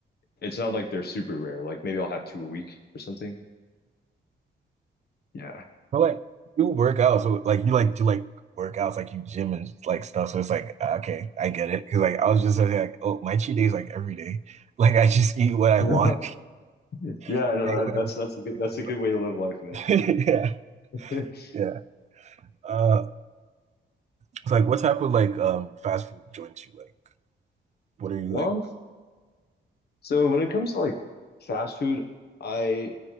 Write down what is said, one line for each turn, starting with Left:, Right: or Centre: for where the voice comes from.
Left: it's not like they're super rare. Like maybe I'll have two a week or something. Yeah.
Right: But like you work out, so like you like do like workouts, like you gym and like stuff. So it's like ah, okay, I get it. Because like I was just like, oh, my cheat day is like every day. <laughs> Like I just eat what I
Left: <laughs>
Right: want.
Left: Yeah,
Right: <laughs>
Left: no,
Right: I what
Left: that's
Right: I want.
Left: that's a good, that's
Right: Just
Left: a good way to live life,
Right: like
Left: man.
Right: <laughs> yeah,
Left: <laughs>
Right: yeah. Uh, it's like what type of like um fast food joints you like? What are you
Left: Well,
Right: like?
Left: I'm So when it comes to like fast food, I